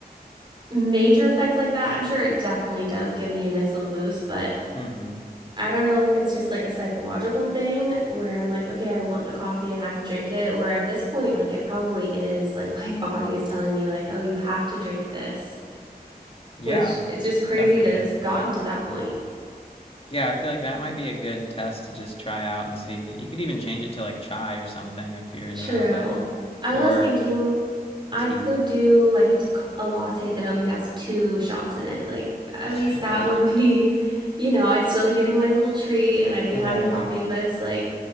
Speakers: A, on the right; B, on the left.
A: major effects like that. I'm sure it definitely does give me a nice little boost, but
B: Mm-hmm.
A: I don't know if it's just like a psychological thing where I'm like, okay, I want the coffee, I have to drink it. Or at this point, like it probably is like <laughs> my body is telling me, like, oh, you have to drink this,
B: Yeah.
A: which it's just crazy
B: Definitely.
A: that it's gotten to that point.
B: Yeah. I feel like that might be a good test to just try out and see. You could even change it to like chai or something if you're into
A: True.
B: that, but
A: I
B: or
A: was thinking I
B: tea.
A: could do like a a latte that only has two shots in it. Like, at
B: <laughs>
A: least that
B: okay.
A: would be, <laughs> you know, I'd still be getting my little treat and I'd be
B: Right.
A: having the coffee, but it's like,